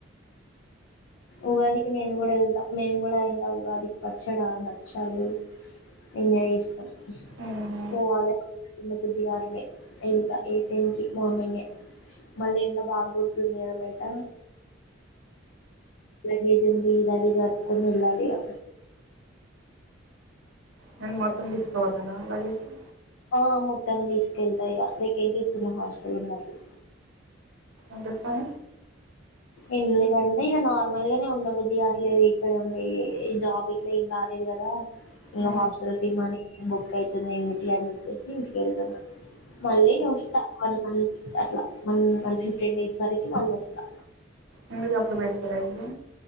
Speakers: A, on the left; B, on the right.
A: ఉగాదికి నేను కూడా వెళ్తా మేము కూడా ఇంకా ఉగాదికి పచ్చడా భక్షలు ఎంజాయ్ చేస్తాం
B: ఆహా
A: పోవాలి చిిన్న బుద్ధిగారులే వెళ్తా ఎయిట్ టెన్ కి మార్నింగే మళ్ళీ ఎండ బాగ గుర్తుంది కదా బయట లాగేజ అంది లాగేజ్ వట్కని ఇలాడిగా
B: నను మొత్తం ఇస్తా బతన గేతే
A: ఆ మొత్తం తీసుకెళ్తాయి ఇక వెకేట్ చేస్తున్న హాస్టల్ ఉన్నట్ది
B: అడ్ పం
A: ఎందుకంటే ఇక నార్మల్గానే ఉండబుద్ధి కావట్లేదు ఇక్కడ ఉండే ఈ జాబ్ ఇట్లా ఏం రాలేదు కదా ఇంకా
B: ఊ.
A: హాస్టల్ ఫీ మనీ బుక్ అవుతుంది ఎందుకలో అని చెప్పేసి ఇంటిక వెళ్తున్నా మళ్ళీ వస్తా వన్ మంత్ అట్లా వన్ వన్ ఫిఫ్టీన్ డేస్ వరకు మళ్ళీ వస్తా
B: ముందుక ఎప్పుడు పెడతారా ఎజా